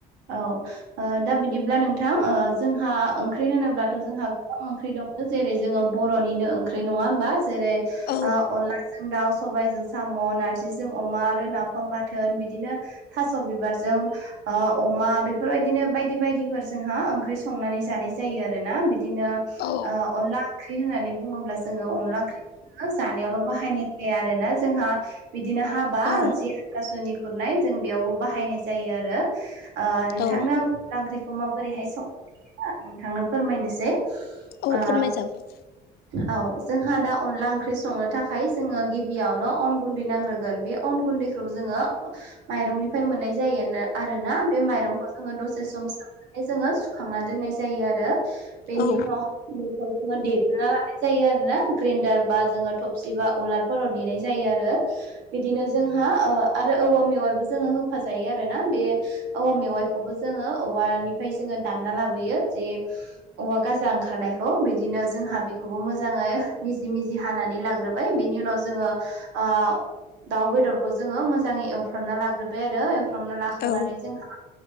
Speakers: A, on the right; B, on the left.
A: औ ओ दा बिदिब्ला नोंथां ओ जोंहा ओंख्रि होनोब्लाथ' जोंहा गोबां ओंख्रि दङ जेरै जोङो बर'निनो ओंख्रि नङा होनबा जेरै ओ
B: औ
A: अनला जों दाउ, सबायजों साम', नारजिजों अमा आरो नाफाम बाथोन बिदिनो थास' बिबारजों दों ओ अमा बेफोरबायदिनो बायदि बायदिफोर जोंहा ओंख्रि संनानै जानाय जायो आर ना बिदिनो
B: औ
A: ओ अनला ओंख्रि होननानै बुङोब्ला जोङो अनला ओंख्रि ओ जानायावल' बाहायनाय जाया आरो ना जोंहा बिदिनो हाबा
B: औ
A: जि हाथासुनि खुरनाय जों बेयावबो बाहायनाय जायो आरो ओ नोंथांनो
B: औ
A: आं अनला ओंख्रिखौ माबोरैहाय संङो नोंथांनो फोरमायनोसै।
B: औ
A: ओ
B: फोरमायजागोन।
A: औ जोंहा दा अनला ओंख्रि संनो थाखाय जोङो गिबियावनो अन गुन्दै नांग्रोगोन बे अन गुन्दै। बेखौ जोंङो माइरंनिफ्राय मोननाय जायो ना आरोना बे माइरंखौ जोङो दसे सम सोमनानै जोङो सुखांना दोननाय जायो आरो बेनि
B: औ
A: उनाव बेफोरखौ जोङो देग्रोना लानाय जायो आरो ना ग्रेन्डार बा जोङो थबसि बा उलारफोराव देनाय जायो‌। आरो बिदिनो जोंहा ओ आरो औवा मेवायबो जोङो होफाजायो आरोना बे औवा मेवाइखौबो जोङो औवानिफ्राय जोङो दानना लाबोयो जे औवा गाजा ओंखारनाय बेखौ बिदिनो जोंहा बेखौबो मोजाङै मिजि मिजि हानानै लाग्रोबाय बेनि उनाव जोङो ओ दाउ बेदरखौ जोङो मोजाङै एवफ्रामना लाग्रोबाय आरो एवफ्रामना लाखांनानै
B: औ
A: जोंहा